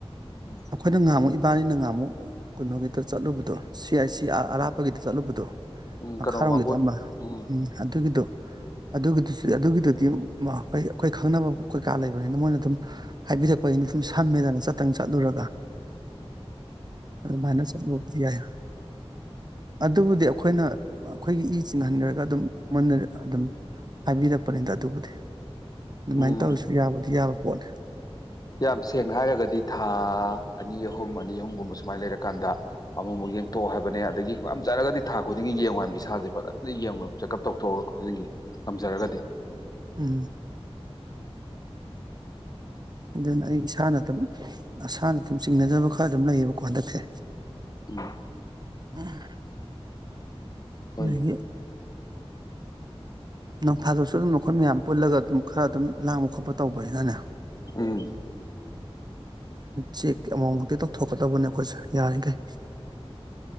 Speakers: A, on the left; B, on the right.
A: ꯎꯝ
B: ꯑꯩꯈꯣꯏꯅ ꯉꯥꯡꯃꯛ ꯏꯕꯥꯅꯤꯅ ꯉꯥꯃꯨꯛ ꯀꯩꯅꯣꯒꯤꯗ ꯆꯠꯂꯨꯕꯗꯣ ꯁꯤ ꯑꯥꯏ ꯁꯤ ꯑꯥ ꯑꯔꯥꯞꯄꯒꯤꯗ ꯆꯠꯂꯨꯕꯗꯣ
A: ꯎꯝ
B: ꯃꯈꯥꯔꯣꯝꯒꯤꯗ
A: ꯀꯔꯣ ꯋꯥꯥꯡꯒꯣꯏ
B: ꯑꯃ
A: ꯎꯝ
B: ꯎꯝ ꯑꯗꯨꯒꯤꯗꯣ ꯑꯗꯨꯒꯤꯗꯨꯁꯨ ꯑꯗꯨꯒꯤꯗꯨꯗꯤ ꯍꯣꯏ ꯑꯩꯈꯣꯏ ꯈꯪꯅꯕ ꯀꯩꯀꯥ ꯂꯩꯕꯅꯤꯅ ꯃꯣꯏꯅ ꯑꯗꯨꯝ ꯍꯥꯏꯕꯤꯔꯛꯄꯒꯤꯅ ꯑꯗꯨꯝ ꯁꯝꯃꯦꯗꯅ ꯆꯠꯇꯪ ꯆꯠꯂꯨꯔꯒ ꯑꯗꯨꯃꯥꯏꯅ ꯆꯠꯂꯨꯕꯗꯤ ꯌꯥꯏ ꯑꯗꯨꯕꯨꯗꯤ ꯑꯩꯈꯣꯏꯅ ꯑꯩꯈꯣꯏꯒꯤ ꯏ ꯆꯤꯡꯍꯟꯈ꯭ꯔꯒ ꯑꯗꯨꯝꯟꯅ ꯑꯗꯨꯝ ꯍꯥꯏꯕꯤꯔꯛꯄꯅꯤꯗ ꯑꯗꯨꯕꯨꯗꯤ ꯑꯗꯨꯃꯥꯏꯅ
A: ꯎꯝ
B: ꯇꯧꯔꯁꯨ ꯌꯥꯕꯨꯗꯤ ꯌꯥꯕ ꯄꯣꯠꯅꯤ
A: ꯌꯥꯝ ꯁꯦꯡꯅ ꯍꯥꯏꯔꯒꯗꯤ ꯍꯥꯏꯗꯤ ꯊꯥ ꯑꯅꯤ ꯑꯍꯨꯝ ꯑꯅꯤ ꯑꯍꯨꯝꯒꯨꯝꯕ ꯁꯨꯃꯥꯏꯅ ꯂꯩꯔꯀꯥꯟꯗ ꯑꯃꯨꯛ ꯑꯃꯨꯛ ꯌꯦꯡꯊꯣꯛꯑꯣ ꯍꯥꯏꯕꯅꯦ ꯑꯗꯒꯤ ꯉꯝꯖꯔꯒꯗꯤ ꯊꯥ ꯈꯨꯗꯤꯡꯒꯤ ꯌꯦꯡꯉꯨ ꯍꯥꯏꯕꯅꯤ ꯏꯁꯥꯁꯦ ꯐꯖꯅ ꯌꯦꯡꯉꯨ ꯆꯦꯛꯑꯞ ꯇꯧꯊꯣꯛꯑ ꯈꯨꯗꯤꯡꯒꯤ ꯉꯝꯖꯔꯒꯗꯤ
B: ꯎꯝ ꯑꯗꯨꯅ ꯑꯩ ꯏꯁꯥ ꯅꯠꯇꯕꯤ ꯑꯁꯥꯅ ꯑꯗꯨꯝ ꯆꯤꯡꯅꯖꯕ ꯈꯔ ꯑꯗꯨꯝ ꯂꯩꯌꯦꯕꯀꯣ ꯍꯟꯗꯛꯁꯦ
A: ꯎꯝ
B: ꯑ ꯑꯗꯒꯤ
A: ꯍꯣꯏ
B: ꯅꯪꯐꯥꯗꯣꯛꯁꯨ ꯑꯗꯨꯝ ꯃꯈꯣꯏꯠ ꯃꯌꯥꯝ ꯄꯨꯜꯂꯒ ꯑꯗꯨꯝ ꯈꯔ ꯑꯗꯨꯝ ꯂꯥꯡꯕ ꯈꯣꯠꯄ ꯇꯧꯕꯁꯤꯅꯅꯦ
A: ꯎꯝ
B: ꯆꯦꯛ ꯑꯃꯨꯛꯃꯨꯛꯇꯤ ꯇꯧꯊꯣꯛꯀꯗꯧꯕꯅꯦ ꯑꯩꯈꯣꯏꯁꯨ ꯌꯥꯔꯤꯈꯩ